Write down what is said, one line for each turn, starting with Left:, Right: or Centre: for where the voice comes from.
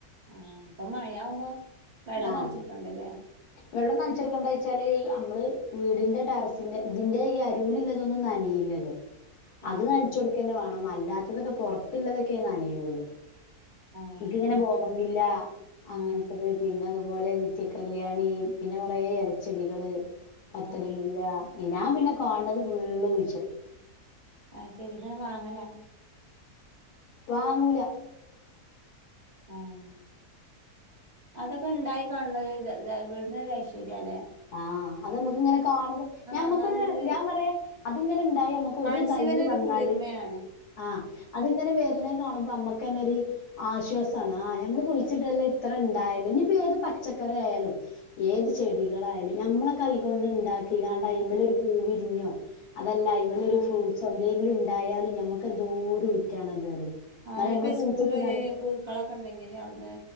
Right: ആഹ് അപ്പൊ മഴയാവുമ്പോ വെള്ളം
Left: ആഹ്
Right: നനച്ചടുക്കണ്ടലെ
Left: വെള്ളം നനച്ചെടുക്കണ്ടാ ച്ചാല് നമ്മള് വീടിന്റെ ടെറസിന്റെ ഇതിന്റെ ഈ അരൂല് ഇല്ലതൊന്നും നനീലല്ലോ. അത്
Right: ആഹ്
Left: നനച്ച് കൊടുക്കന്നെ വാണം. അല്ലാത്തതൊക്കെ പൊറത്തുള്ളതൊക്കെ നനയൊള്ളൂ
Right: ആഹ്
Left: ഇൻക്കിങ്ങനെ
Right: അത്
Left: പോഗം
Right: ശരിയാ
Left: വില്ല അങ്ങൻത്തത്
Right: ആഹ്
Left: പിന്നെ അതേപോലെ നിറ്റക്കല്യ കല്യാണി പിന്നെ കൊറേ എലച്ചെടികള് പത്തണി
Right: ആഹ്
Left: മുല്ല ഞാൻ പിന്നെ കാണ്ന്നത് ഫുള്ള് കുഴിചിടും
Right: ആഹ് ശെരി ഇങ്ങള് വാങ്ങല
Left: വാങ്ങൂല
Right: ഏഹ് അതൊക്കെ ഇണ്ടായി കാണ് ണത് <unintelligible> വിട്ടിന് ഒര് ഐശ്വര്യല്ലേ
Left: ആഹ് അത് നമ്മക്ക് ഇങ്ങനെ കാണുമ്പ
Right: ആഹ്
Left: ഞാമ്മക്കൊര്
Right: നല്ലൊരു
Left: ഞാൻ കൊറേ അതിങ്ങനെ ണ്ടായി നമക്ക് ഒരു
Right: മാനസികനൊരു
Left: തൈ വന്നാല്
Right: കുളിർമയാണ്
Left: ആഹ് അതിങ്ങനെ വെര്ന്ന കാണുമ്പ നമ്മക്കന്നെ ഒര് ആശ്വാസാണ് ആഹ് ഞമ്മള് കുഴിച്ചിട്ടല്ലെ ഇത്ര ഇണ്ടായല്ലൊ ഇനിപ്പ ഏത് പച്ചക്ക ക്കറിആയാലും ഏത് ചെടികളായാലും ഞമ്മളെ കൈകൊണ്ട് ഇണ്ടാക്കി അണ്ടയ്മ്മലൊരു പൂവിരിഞ്ഞോ അതല്ല അയ്മെലൊരു
Right: ആഹ്
Left: ഫ്രൂട്ട്സോ എന്തെങ്കിലും ഇണ്ടായാലും ഞമ്മക്ക് എന്തോരം ഊറ്റാണത് പറയും എന്നാലും
Right: ആഹ് ഇനിപ്പോ
Left: നമ്മള് കുഴിച്ചിട്ട്കാണ്ട്
Right: സ്കൂളിൽ ഒരു പൂക്കളൊക്കെ ഇണ്ടെങ്കില് അവിടന്ന്